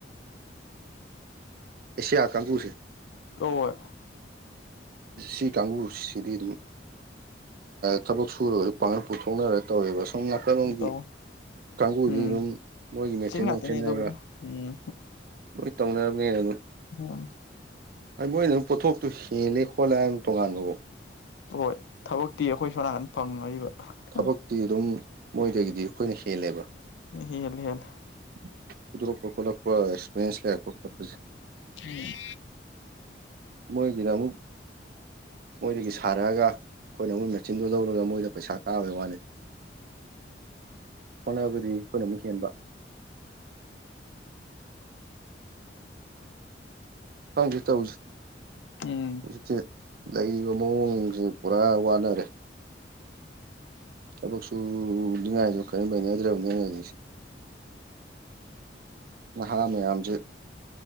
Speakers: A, on the right; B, on the left.
A: ꯑꯦꯁꯤꯌꯥ ꯀꯥꯡꯒꯨꯁꯦ
B: ꯑ
A: ꯁꯤ ꯀꯥꯡꯕꯨꯁꯤꯗꯤ ꯑꯗꯨꯝ ꯊꯕꯛ ꯁꯨꯔꯒꯁꯨ ꯄꯥꯡꯒꯜ ꯄꯨꯊꯣꯛꯅꯔꯒ ꯇꯧꯋꯦꯕ ꯁꯣꯝ ꯅꯥꯀꯜꯂꯣꯝꯒꯤ
B: ꯇꯧ
A: ꯀꯥꯡꯕꯨꯗꯤ
B: ꯎꯝ
A: ꯑꯗꯨꯝ ꯃꯣꯏꯒꯤ ꯃꯦꯆꯤꯟ ꯅꯨꯡꯆꯤꯟ
B: ꯉꯥꯛꯇꯅꯦ ꯑꯗꯨꯕꯨꯗꯤ
A: ꯍꯥꯏꯕ
B: ꯎꯝ
A: ꯇꯧꯅꯔꯕꯅꯦ ꯑꯗꯨ
B: ꯎ
A: ꯃꯣꯏꯅ ꯑꯗꯨꯝ ꯄꯣꯊꯣꯛꯇꯨ ꯍꯦꯜꯂꯦ ꯈꯣꯠꯂꯦ ꯍꯥꯏ ꯇꯣꯉꯥꯟꯕꯕꯨꯣ
B: ꯍꯣꯏ ꯊꯕꯛꯇꯤ ꯑꯩꯈꯣꯏ ꯁꯣ ꯅꯥꯀꯟ ꯐꯪꯅꯔꯤꯕ
A: ꯊꯕꯛꯇꯤ
B: ꯑ,
A: ꯑꯗꯨꯝ ꯃꯣꯏꯗꯒꯤꯗꯤ ꯑꯩꯈꯣꯏꯅ ꯍꯦꯜꯂꯦꯕ
B: ꯍꯂ ꯍꯂ
A: ꯣꯂ ꯂꯩ
B: ꯎꯝ
A: ꯃꯣꯏ ꯀꯗ ꯑꯃꯨꯛ ꯃꯣꯏꯗꯒꯤ ꯁꯥꯔꯛꯑꯒ ꯑꯩꯈꯣꯏꯅ ꯃꯣꯏ ꯃꯦꯆꯤꯟꯗꯨꯣ ꯂꯧꯔꯒ ꯃꯣꯏꯗ ꯄꯩꯁꯥ ꯀꯥꯕꯩ ꯋꯥꯅꯤ ꯍꯣꯠꯅꯕꯗꯤ ꯑꯩꯈꯣꯏꯅ ꯑꯃꯨꯛ ꯍꯦꯟꯕ ꯐꯪꯁꯤ ꯇꯧꯁꯤ
B: ꯎꯝ
A: ꯍꯧꯖꯤꯛꯦ ꯂꯩꯔꯤꯕ ꯃꯑꯣꯡꯁꯦ ꯄꯨꯔꯥ ꯋꯥꯅꯔꯦ ꯊꯕꯛ ꯁꯨꯅꯤꯡꯉꯥꯏꯁꯨ ꯀꯔ ꯂꯩꯩꯅꯗ꯭ꯔꯕꯅꯦ ꯍꯧꯖꯤꯛꯁꯦ ꯅꯍꯥ ꯃꯌꯥꯝꯁꯦ